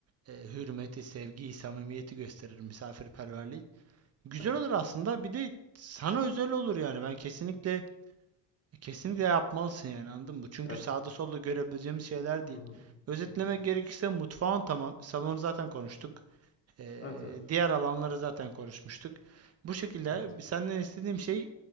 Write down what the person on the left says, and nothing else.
Evet.
Evet.
Hı hı.
Hı hı.
Evet evet.
Evet.